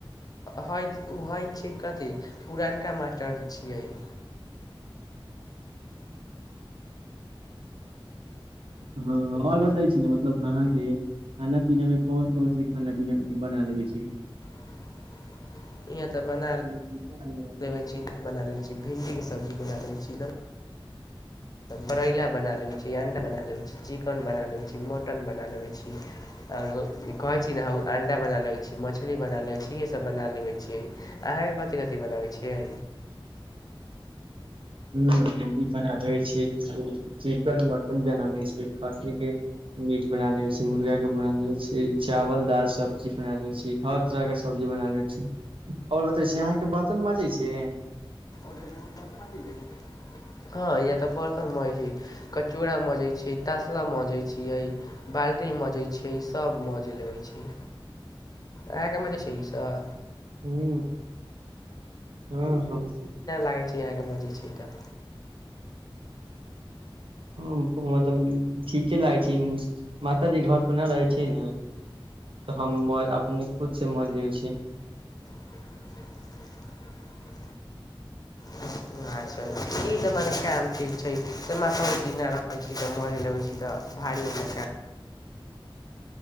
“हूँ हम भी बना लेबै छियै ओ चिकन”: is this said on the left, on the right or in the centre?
Right